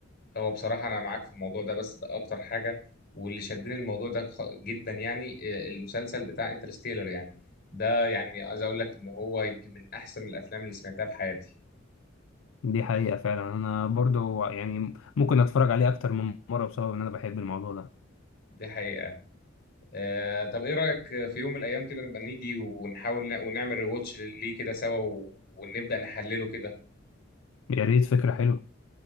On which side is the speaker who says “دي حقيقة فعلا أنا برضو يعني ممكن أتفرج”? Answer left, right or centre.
Left